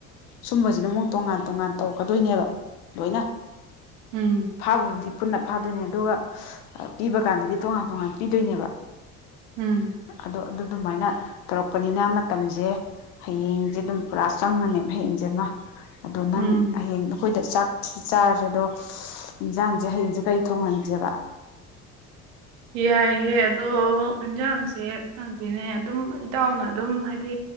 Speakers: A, on the left; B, on the right.
A: ꯁꯨꯝꯕꯁꯤꯅ ꯑꯃꯨꯛ ꯇꯣꯉꯥꯟ ꯇꯣꯉꯥꯟ ꯇꯧꯔꯛꯀꯗꯣꯏꯅꯦꯕ ꯂꯣꯏꯅ
B: ꯎꯝ
A: ꯐꯥꯕꯕꯨꯗꯤ ꯄꯨꯟꯅ ꯐꯥꯗꯣꯏꯅꯦ ꯑꯗꯨꯒ ꯄꯤꯕ ꯀꯥꯟꯗꯗꯤ ꯇꯣꯉꯥꯟ ꯇꯣꯉꯥꯟ ꯄꯤꯗꯣꯏꯅꯦꯕ
B: ꯎꯝ
A: ꯑꯗꯣ ꯑꯗꯨ ꯑꯗꯨꯃꯥꯏꯅ ꯇꯧꯔꯛꯄꯅꯤꯅ ꯃꯇꯝꯁꯦ ꯍꯌꯦꯡꯁꯦ ꯑꯗꯨꯝ ꯄꯨꯔꯥ ꯆꯪꯉꯅꯦꯕ ꯍꯌꯦꯡꯁꯦꯃ ꯑꯗꯣ ꯅꯪ
B: ꯎꯝ
A: ꯍꯌꯦꯡ ꯑꯩꯈꯣꯏꯗ ꯆꯥꯛ ꯆꯥꯔꯁꯦ ꯑꯗꯣ ꯌꯦꯟꯖꯥꯡꯁꯦ ꯍꯌꯦꯡꯁꯦ ꯀꯩ ꯊꯣꯡꯍꯟꯁꯦꯕ
B: ꯌꯥꯏꯌꯦ ꯑꯗꯣ ꯏꯟꯖꯥꯡꯁꯦ ꯈꯪꯗꯦꯅꯦ ꯑꯗꯨꯝ ꯏꯇꯥꯎꯅ ꯑꯗꯨꯝ ꯍꯥꯏꯗꯤ